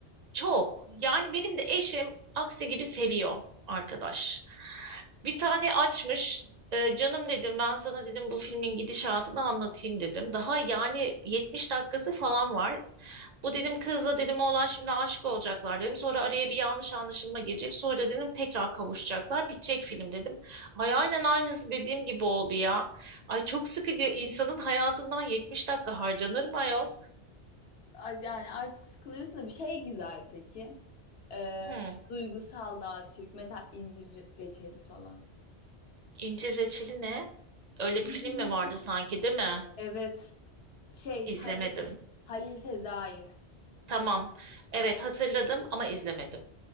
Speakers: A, on the right; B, on the left.
A: çok. Yani benim de eşim aksi gibi seviyor arkadaş. Bir tane açmış. E, canım dedim ben sana dedim bu filmin gidişatını anlatayım dedim. Daha yani 70 dakikası falan var. Bu dedim kızla dedim oğlan şimdi aşık olacaklar dedim. Sonra araya bir yanlış anlaşılma gelecek. Sonra dedim tekrar kavuşacaklar. Bitecek film dedim. Ay aynen aynısı dediğim gibi oldu ya. Ay çok sıkıcı. İnsanın hayatından 70 dakika harcanır mı ayol?
B: A- Yani artık sıkılıyorsun da bir şey güzel peki. Ee,
A: Hmm,
B: duygusal daha Türk. Mesela incir re- reçeli falan.
A: incir reçeli ne? Öyle
B: İncir
A: bir film mi
B: reçeli.
A: vardı sanki, değil mi?
B: Evet. Şey
A: İzlemedim.
B: Halil, Halil Sezai.
A: Tamam. Evet hatırladım ama izlemedim.